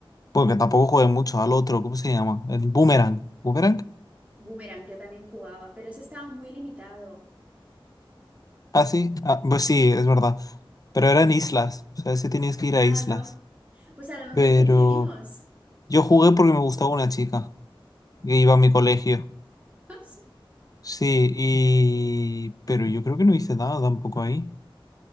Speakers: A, on the left (about 40°); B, on the right (about 15°).
A: Porque tampoco jugué mucho, al otro, ¿cómo se llama? El Boomerang. ¿Boomerang?
B: Boomerang, yo también jugaba, pero ese estaba muy limitado.
A: Ah, sí, ah, pues sí, es verdad. Pero eran islas, o sea, sí tenías que ir
B: Claro,
A: a islas.
B: pues a lo mejor
A: Pero
B: coincidimos. <laughs>
A: yo jugué porque me gustaba una chica que iba a mi colegio.
B: Ah, sí.
A: Sí, y... Pero yo creo que no hice nada tampoco ahí.